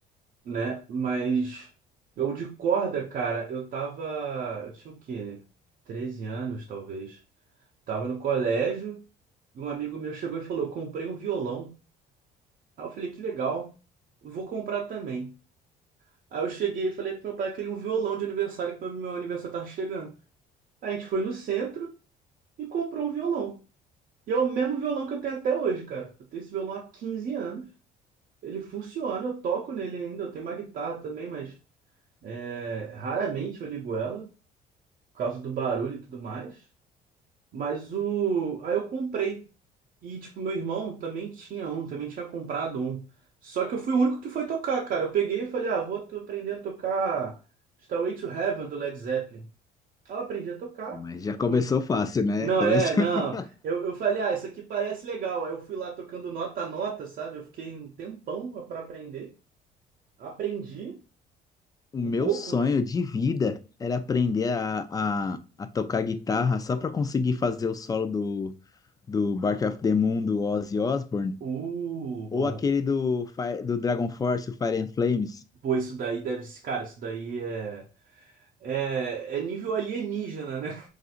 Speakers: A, on the right; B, on the left.
A: né? Mas eu de corda, cara, eu tava, eu tinha o quê? treze anos, talvez. Tava no colégio Um amigo meu chegou e falou: Comprei um violão. Aí eu falei: Que legal, vou comprar também. Aí eu cheguei e falei pro meu pai: Queria um violão de aniversário, que meu meu aniversário tá chegando. Aí a gente foi no centro e comprou um violão. E é o mesmo violão que eu tenho até hoje, cara. Eu tenho esse violão há 15 anos. Ele funciona, eu toco nele ainda. Eu tenho uma guitarra também, mas é, raramente eu ligo ela, por causa do barulho e tudo mais. Mas o. Aí eu comprei. E, tipo, meu irmão também tinha um, também tinha comprado um. Só que eu fui o único que foi tocar, cara. Eu peguei e falei, ah, vou to- aprender a tocar Stairway to Heaven do Led Zeppelin. Aí eu aprendi a tocar.
B: Mas já começou
A: Ui.
B: fácil, né?
A: Não,
B: Começou.
A: é, não.
B: <laughs>
A: Eu, eu falei, ah, isso aqui parece legal. Aí eu fui lá tocando nota a nota, sabe? Eu fiquei um tempão pra aprender. Aprendi
B: O
A: um
B: meu
A: pouco,
B: sonho
A: né?
B: de vida era aprender a, a, a tocar guitarra só pra conseguir fazer o solo do, do Bark of the Moon do Ozzy Osbourne
A: Uh,
B: ou
A: bom.
B: aquele do, Fi- do Dragon Force, o Fire and Flames.
A: Pô, isso daí deve ser, cara, isso daí é, é, é nível alienígena, né?